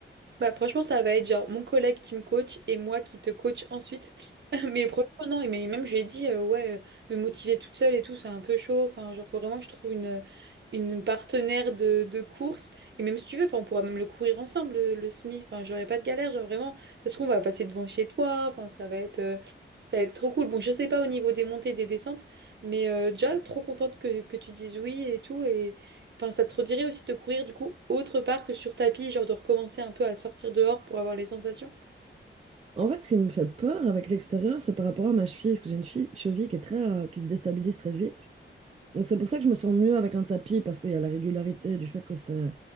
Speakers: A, on the right; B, on the right.
A: Bah, franchement, ça va être genre mon collègue qui me coach et moi qui te coach ensuite. <laughs> Mais franchement, non, et mais même je lui ai dit, euh, ouais, euh, me motiver toute seule et tout, c'est un peu chaud. Enfin, genre, faut vraiment que je trouve une, une partenaire de, de course. Et même si tu veux, enfin, on pourra même le courir ensemble, le, le semi. Enfin, genre, y a pas de galère, genre, vraiment. Ça se trouve, on va passer devant chez toi. Enfin, ça va être, euh, ça va être trop cool. Bon, je sais pas au niveau des montées, des descentes, mais euh, déjà, trop contente que, que tu dises oui et tout. Et, Enfin, ça te redirait aussi de courir du coup autre part que sur tapis, genre de recommencer un peu à sortir dehors pour avoir les sensations?
B: En fait, ce qui me fait peur avec l'extérieur, c'est par rapport à ma cheville, parce que j'ai une fille- cheville qui est très, euh, qui se déstabilise très vite. Donc c'est pour ça que je me sens mieux avec un tapis, parce qu'il y a la régularité du fait que c'est